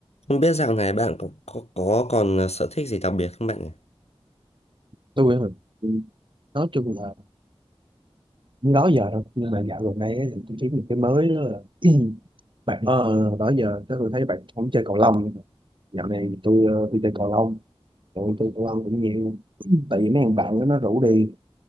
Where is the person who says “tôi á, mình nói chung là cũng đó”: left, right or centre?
Right